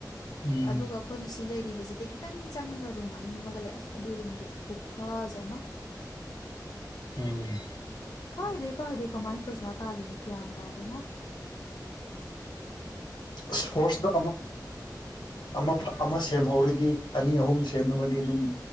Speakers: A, on the left; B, on the left.
A: ꯎꯝ
B: ꯑꯗꯨꯒ ꯑꯩꯈꯣꯏꯅ ꯁꯤ ꯂꯩꯔꯤꯕꯁꯤꯗꯩ ꯈꯤꯇꯪ ꯆꯪꯉꯒ ꯔꯨꯝ ꯑꯅꯤ ꯑꯃꯒ ꯂꯩ ꯑꯁ ꯑꯗꯨ ꯔꯨꯝꯗꯨ ꯑꯗꯤꯒꯨꯐ ꯃ
A: ꯎꯝ
B: ꯀꯥꯏꯗꯩ ꯀꯥꯏꯗꯩ ꯀꯃꯥꯏ ꯄꯩꯁꯥ ꯇꯥꯂꯤꯅꯨ ꯀ꯭ꯌꯥꯟ ꯇꯥꯗꯉꯣ
A: ꯁꯣꯔꯁꯇ ꯑꯃ ꯑꯃ ꯁꯦꯝꯍꯧꯔꯤꯗꯤ ꯑꯅꯤ ꯑꯍꯨꯝ ꯁꯦꯝꯃꯒꯗꯤ ꯑꯗꯨꯝ